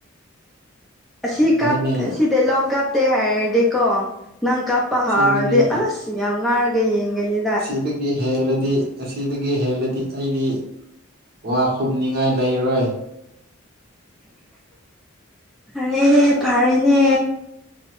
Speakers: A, in the centre; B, on the right.
A: ꯑꯁꯤ
B: ꯍꯣꯏꯅꯦ
A: ꯁꯤꯗꯩ ꯂꯡ ꯀꯥꯞꯇꯦ ꯍꯥꯏꯔꯗꯤꯀꯣ ꯅꯪ ꯀꯥꯞ ꯄꯍꯥꯔꯗꯤ
B: ꯁꯤꯗꯒꯤ
A: ꯑꯁ ꯌꯥꯝ ꯉꯥꯔꯒ ꯌꯦꯡꯒꯅꯤ
B: ꯑꯁꯤꯗꯒꯤ ꯍꯦꯜꯂꯗꯤ ꯑꯁꯤꯗꯒꯤ ꯍꯦꯜꯂꯗꯤ ꯑꯩꯗꯤ ꯋꯥ ꯈꯨꯝꯅꯤꯡ ꯉꯥꯏ ꯂꯩꯔꯣꯏ
A: ꯑꯔꯦꯅꯦ ꯐꯔꯅꯦ